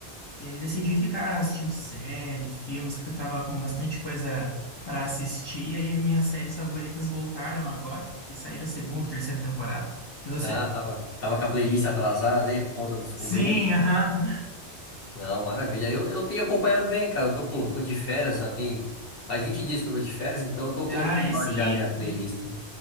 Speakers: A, on the left; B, on the left.
A: E aí decidi ficar assistindo série, filmes, porque eu tava com bastante coisa para assistir. E aí minhas séries favoritas voltaram agora e saíram a segunda, terceira temporada. E você?
B: Ah, tava, tava com a playlist atrasada aí por conta dos compromissos.
A: Sim, aham.
B: Não, maravilha. Eu, eu tenho acompanhado bem, cara. Eu tô com, tô de férias, já tem... Faz 20 dias que eu tô de férias, então eu tô colocando
A: Ah, esse
B: em ordem
A: sim,
B: já
A: hein?
B: a minha playlist. O